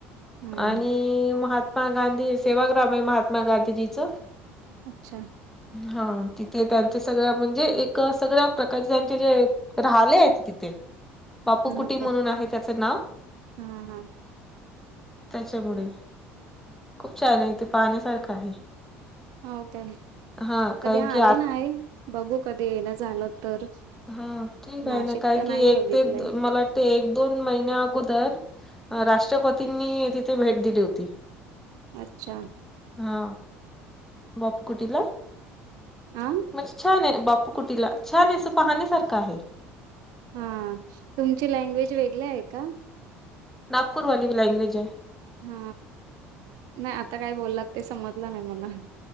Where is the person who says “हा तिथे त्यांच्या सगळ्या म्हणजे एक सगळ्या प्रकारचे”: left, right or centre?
Centre